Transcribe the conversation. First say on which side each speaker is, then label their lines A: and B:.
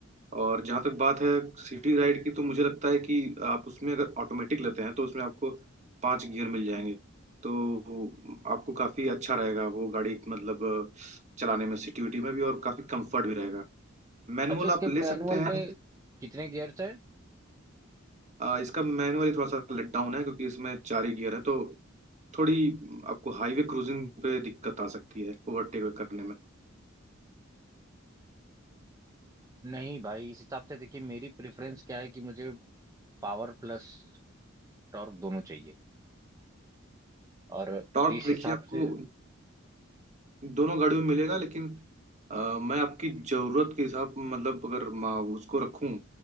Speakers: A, on the right (about 35°); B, on the right (about 15°).
A: और जहाँ तक बात है सिटी राइड की तो मुझे लगता है कि आप उसमें अगर ऑटोमेटिक लेते हैं तो उसमें आपको पांच गियर मिल जाएंगे तो आपको काफ़ी अच्छा रहेगा वो गाड़ी मतलब चलाने में सिटी विटी में भी और काफ़ी कंफर्ट भी रहेगा मैनुअल
B: अच्छा इसके
A: आप ले
B: मैनुअल
A: सकते हैं
B: में कितने गियर्स है
A: <laughs> आ, इसका मैनुअल थोड़ा सा लेट डाउन है क्योंकि इसमें चार ही गियर है तो थोड़ी आपको हाईवे क्रूजिंग पे दिक्कत आ सकती है ओवरटेक करने में
B: नहीं भाई इस हिसाब से देखिए मेरी प्रेफरेंस क्या है कि मुझे पावर प्लस टॉर्क दोनों चाहिए और
A: टॉर्क
B: इस
A: तो देखिए
B: हिसाब
A: आपको
B: से
A: दोनों गाड़ियों में मिलेगा लेकिन अ, मैं आपकी जरूरत के हिसाब मतलब अगर मैं उसको रखूं